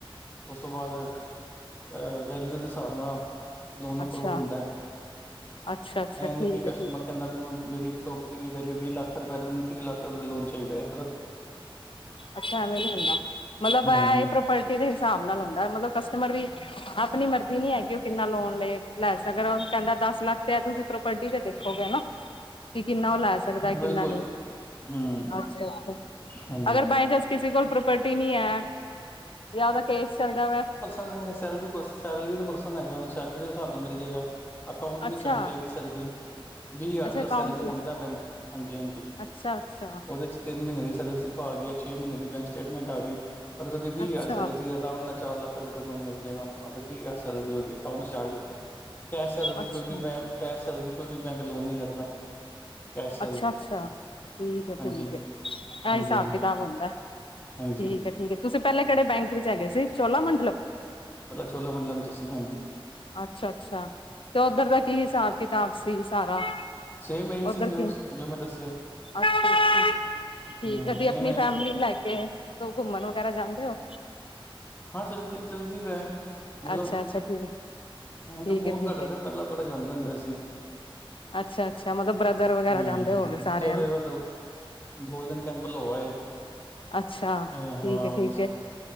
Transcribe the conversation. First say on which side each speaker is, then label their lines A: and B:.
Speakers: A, on the left; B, on the left.
A: ਉਸ ਤੋਂ ਬਾਦ ਅ ਵੈਲੀਊ ਦੇ ਸਾਬ ਨਾ ਲੋਨ
B: ਅੱਛਾ
A: ਅਪਰੂ ਹੁੰਦਾ ਐ,
B: ਅੱਛਾ ਅੱਛਾ
A: ਐ
B: ਠੀਕ
A: ਨੀ ਕੀ
B: ਹੈ
A: ਕਸਟਮਰ
B: ਠੀਕ ਹੈ
A: ਕੈਂਦਾ ਮੇਨੂੰ ਮੇਰੀ ਪ੍ਰੋਪਰਟੀ ਦੀ ਵਲੀਊ ਵੀਅ ਲੱਖ ਰੁਪਏ ਤੇ ਮਨੂੰ ਤੀਅ ਲੱਖ ਰੁਪਏ ਦਾ ਲੋਨ ਚਾਈਦਾ ਏ।
B: ਅੱਛਾ ਐਵੇਂ ਨੀ ਹੁੰਦਾ, ਮਲਬ
A: ਹਮ
B: ਆ ਈ ਪ੍ਰ ਪਲਟੀ ਦੇ ਹੀਸਾਬ ਨਾਲ ਹੁੰਦਾ ਐ ਮਲਬ ਕਸਟਮਰ ਵੀ ਆਪਣੀ ਮਰਜ਼ੀ ਨੀ ਹੈਗੀ ਓ ਕਿੰਨਾ ਲੋਨ ਲੇ ਲੈ ਸਕਦਾ ਓ ਕੈਂਦਾ ਦਸ ਲੱਖ ਤੇ ਤੁਸੀਂ ਪ੍ਰੋਪਲਟੀ ਤੇ ਦੇਖੋਗੇ ਹਨਾ। ਕੀ ਕਿੰਨਾ ਓ ਲੈ ਸਕਦਾ ਕਿਨਾ
A: ਬਿਲਕੁਲ
B: ਨਈ,
A: ਹੂੰ,
B: ਅੱਛਾ-ਅੱਛਾ,
A: ਹਾਂਜੀ।
B: ਅਗਰ ਬ <unintelligible> ਕਿਸੀ ਕੋਲ ਪ੍ਰੋਪਲਟੀ ਨੀ ਐ ਜਾਂ ਓਦਾ ਕੇਸ ਚੱਲਦਾ ਵੈ।
A: ਅਰੇ ਸੈਲਰੀ ਪਰਸਨ ਸੈਲਰੀ ਪਰਸਨ ਹੈਗਾ ਸੈਲਰੀ ਦੇ ਹਿਸਾਬ ਨਾਲ ਮਿਲ ਜਾਏਗਾ। ਅਕਾਊਂਟ ਵਿੱਚ
B: ਅੱਛਾ
A: ਆਉਣੀ ਚਾਹੀਦੀ ਸੀ। ਵੀਹ ਹਜ਼ਾਰ
B: ਅੱਛਾ
A: ਪਲੱਸ
B: ਅਕਾਊਂਟ
A: ਸੈਲਰੀ
B: ਵਿੱਚ
A: ਮੰਗਦਾ ਬੈਂਕ ਹਾਂਜੀ ਹਾਂਜੀ
B: ਅੱਛਾ ਅੱਛਾ
A: ਉਹਦੇ ਚ ਤਿੰਨ ਮਹੀਨੇ ਦੀ ਸੈਲਰੀ ਸੀ ਗੀਆ। ਛੇ ਮਹੀਨੇ ਦੀ ਬੈਂਕ ਸਟੇਟਮੈਂਟ ਆ ਗਈ। ਅਗਰ ਉਹਦੀ ਵੀਹ
B: ਅੱਛਾ
A: ਹਜ਼ਾਰ ਕਿੱਦਾਂ ਉਹਨੇ ਚਾਰ ਲੱਖ ਰੁਪਏ ਤਕ ਲੋਨ ਮਿਲ ਜਾਏਗਾ ਅਗਰ ਵੀਹ ਹਜ਼ਾਰ ਸੈਲਰੀ ਉਹਦੇ ਅਕਾਊਂਟ ਚ ਆ ਗੇਈ ਤੇ ਕੈਸ਼ ਸੈਲਰੀ
B: ਅੱਛਾ
A: ਕੋਈ ਵੀ ਬੈਂਕ ਕੈਸ਼ ਸੈਲਰੀ ਕੋਈ ਵੀ ਬੈਂਕ ਲੋਨ ਨਹੀਂ ਕਰਦਾ। ਕੈਸ਼ ਸੈਲਰੀ
B: ਅੱਛਾ ਅੱਛਾ
A: ਤੇ
B: ਠੀਕ ਹੈ
A: ਹਾਂਜੀ।
B: ਠੀਕ ਹੈ ਇਹ
A: ਹਾਂਜੀ
B: ਹਿਸਾਬ
A: ਹਾਂ
B: ਕਿਤਾਬ ਹੁੰਦਾ।
A: ਹਾਂਜੀ
B: ਠੀਕ ਹੈ ਠੀਕ ਤੁਸੀਂ ਪਹਿਲੇ ਕਿਹੜੇ ਬੈਂਕ ਵਿੱਚ ਹੈਗੇਏ ਸੀ ਚੋਲਾ ਮੰਡਲਮ
A: ਮਤਲਬ ਚੋਲਾ ਮੰਡਲਮ ਚ ਅਸੀ ਹਾਂਜੀ।
B: ਅੱਛਾ ਅੱਛਾ ਤੇ ਓਧਰ ਦਾ ਕੀ ਹਿਸਾਬ ਕਿਤਾਬ ਸੀ ਸਾਰਾ।
A: ਸੇਮ ਇਹੀ
B: ਉਧਰ
A: ਸੀ ਜੋ
B: ਕਿ
A: ਸੀ ਜੋ ਮੈਂ ਦੱਸਿਆ
B: ਤੁਸੀਂ
A: ਹੂੰ
B: ਕਦੀ ਆਪਣੀ
A: ਸੇਮ ਐ
B: ਫੈਮਿਲੀ
A: ਸੀ।
B: ਲੈ ਕੇ ਆਏ। ਘੁੰਮਣ ਵਗੈਰਾ ਜਾਂਦੇ ਹੋ।
A: ਹਾਂ ਚਲਦੀ ਚਲਦੀ ਦਾ ਮਤਲਬ
B: ਅੱਛਾ-ਅੱਛਾ ਠੀਕ
A: ਹੁਣ
B: ਠੀਕ
A: ਤਾਂ ਬਹੁਤ
B: ਹੈ ਠੀਕ
A: ਘੱਟ ਹੋ
B: ਹੈ
A: ਗਿਆ ਪਹਿਲਾਂ ਬੜੇ ਜਾਂਦੇ ਹੁੰਦੇ ਸੀ।
B: ਅੱਛਾ ਅੱਛਾ ਮਤਲਬ ਬ੍ਰਦਰ ਵਗੈਰਾ
A: ਹਮ
B: ਜਾਂਦੇ ਹੋ ਗਏ ਸਾਰੇ
A: ਜਦੋਂ
B: ਹਨਾ।
A: ਇਹਦਾ ਦਰ ਗੋਲਡਨ ਟੈਪਲ ਹੋ ਆਏ
B: ਅੱਛਾ
A: ਹਾਂ
B: ਠੀਕ ਹੈ ਠੀਕ
A: ਬਸ।
B: ਹੈ